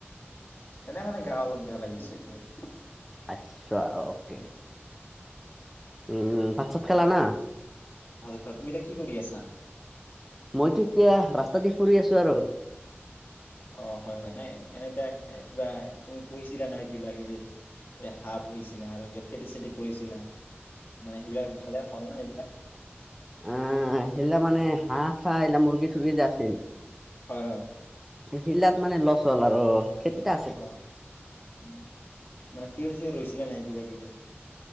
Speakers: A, on the left; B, in the centre.
A: এনেই মানে গা অলপ বেয়া লাগিছে এইটো আৰু
B: আচ্ছা অকে উম ভাত চাত খালা না
A: ত তুমি এতিয়া কি কৰি আছা
B: মইতো এতিয়া ৰাস্তা দি ফুৰি আছো আৰু
A: অ হয় হয় নাই এ এনে এতিয়া কিবা তুমি পুহিছিলা নহয় কিবা কিবি এই হাঁহ পুহিছিলা আৰু কিবা খেতি চেতি কৰিছিলা মানে সেইবিলাক ভালে হ'ল না এইবিলাক
B: অহ সেইলা মানে হাঁহ চাহ এইলা মুৰ্গী চৰ্গী যে আছিল
A: হয় হয়
B: শিলাত মানে লছ হ'ল আৰু খেতিটা আছে
A: অহ উম মানে টিয় চিয় ৰুইছিলা নাই কিবা কিবি